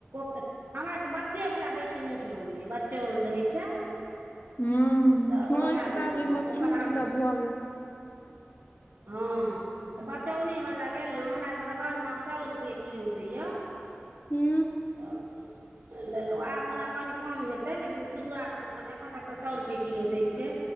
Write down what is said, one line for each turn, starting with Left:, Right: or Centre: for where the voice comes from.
Right: त हमरा तऽ बच्चे वाला बेसी नीक लगैया बच्चो आर रहैत छै
Left: हूँ
Right: तऽ
Left: हँ
Right: उएह
Left: ओहिके
Right: लेलहुँ
Left: बाद ओहिमे
Right: ओकर
Left: सूर
Right: अहाँकेँ
Left: सब भऽ गेल
Right: ह त बचौनेवला लेलहुँ हमरासके तऽ बड़ महग सए रुपैए किलो दैए
Left: हू।
Right: त। लेलहुँ आब ओना कनि कम हेतै लेकिन शुरुआतमे एखन तक तऽ सए रुपए किलो दै छै।